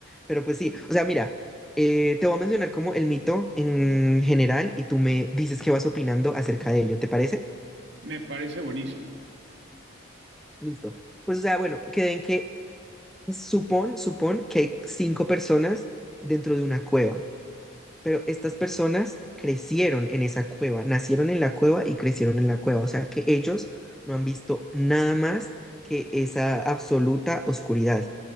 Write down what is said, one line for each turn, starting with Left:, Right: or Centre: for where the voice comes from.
Centre: Pero pues sí, o sea, mira, eh, te voy a mencionar como el mito en general y tú me dices qué vas opinando acerca de ello, ¿te parece?
Right: Me parece buenísimo.
Centre: Listo. Pues o sea, bueno, queden que supón, supón que hay cinco personas dentro de una cueva. Pero estas personas crecieron en esa cueva, nacieron en la cueva y crecieron en la cueva. O sea que ellos no han visto nada más que esa absoluta oscuridad.